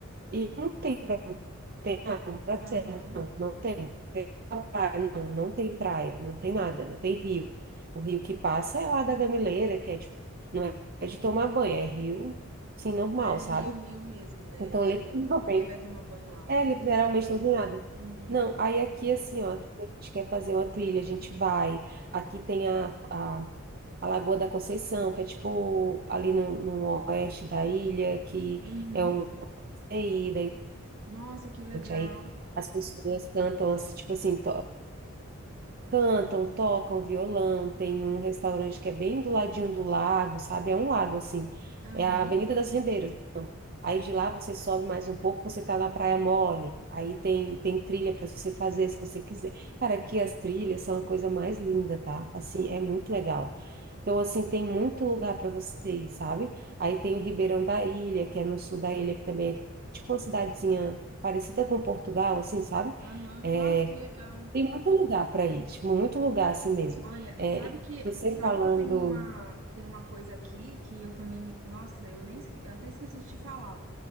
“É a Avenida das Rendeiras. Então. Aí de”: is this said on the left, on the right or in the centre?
Right